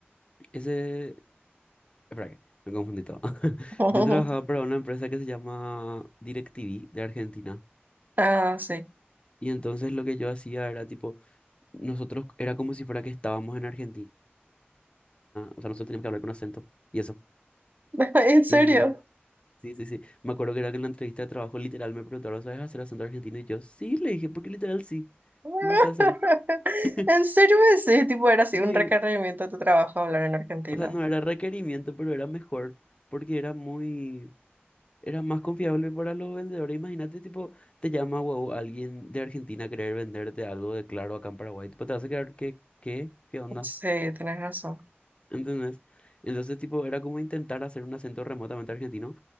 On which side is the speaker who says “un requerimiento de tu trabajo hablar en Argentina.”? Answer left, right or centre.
Right